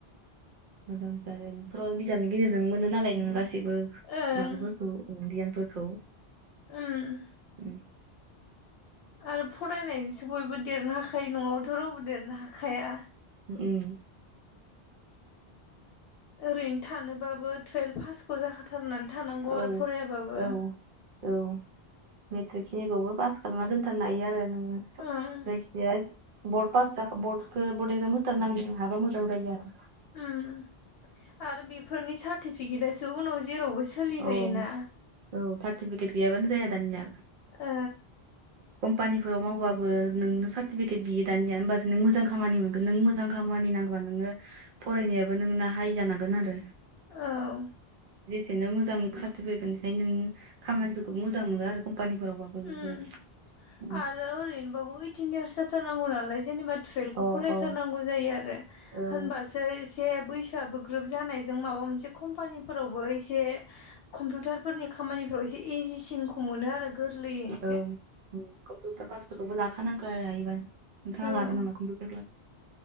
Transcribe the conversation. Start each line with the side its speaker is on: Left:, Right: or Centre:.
Right: मोजां जादों बेफोराव बिजाबनि गेजेरजों मोनो नालाय नोङो गासि जिबो
Left: ओं
Right: माबाफोरखौ ओ गियानफोरखौ
Left: ओम
Right: उम
Left: आरो फरायनायसो बयबो देरनो हाखायो न'आबाथ' रावबो देरनो हाखाया।
Right: ओ उम
Left: ओरैनो थानोबाबो टुयेल्भ फासखौ जाखाथारनानै थानांगौ
Right: औ
Left: आरो फरायाबाबो
Right: औ औ मेट्रिक खिनिखौबो पास खालामना दोनथारनो हायो आरो नों <unintelligible>
Left: ओं
Right: जायखिजाया बर्ड पास जा खौ बर्डखो बर्ड एक्जाम होथारनांगो हाबा मोजां जायो आरो
Left: उम आरो बेफोरनि सार्टिफिकेटासो उनाव जेरावबो सोलिहोयोना
Right: औ औ सार्टिफिकेट गैयाबानो जाया दानिया
Left: ओ
Right: कम्पानिफोराव मावबाबो नोंनो सार्टिफिकेट बियो दानिया होमबासो नों मोजां खामानि मोनगोन नों मोजां जां खामानि नांगबा नोङो फरायनायाबो नोंना हाइ जानांगोन आरो
Left: औ
Right: बिदिनो मोजां सार्टिफिकेटखायनो नों खामानिफोरखौ मोजां मोनो आरो कम्पानिफोरावबाबो बेफोरबायदि
Left: उम
Right: अ
Left: आरो ओरैनोबाबो ओइटिन इयार्स जाथारनांगौ नालाय जेनेबा तुवेल्भ खौ
Right: अ
Left: फराय
Right: औ
Left: सोरनांगौ जायो आरो
Right: औ
Left: होनबा जै एसे बैसोआबो गोरोब जानायजों माबा मोनसे कम्पानिफोरावबो एसे कम्पिउटारफोरनि खामानिफ्राव एसे इजिसिनखौ मोनो आरो गोरलैयै
Right: औ उम कम्पिउटार क्लासफोरखौबो लाखानांगौ आरो हायोबा नोंथाङा
Left: औ
Right: लादो नामा कम्पिउटार क्लास